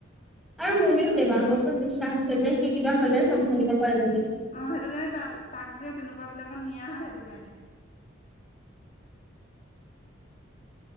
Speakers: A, in the centre; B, on the left.
A: আৰু মোৰ কিন্তু দেৱাঙ্গৰ ওপৰত বিশ্বাস আছে যে সি কিবা হ'লে চম্ভালিব পাৰিব বুলি।
B: অঁহ', -সেইটো কাৰণে তাক-তাক যে তেনেকুৱা বিলাকত নিয়া হয় সেইটো কাৰণে।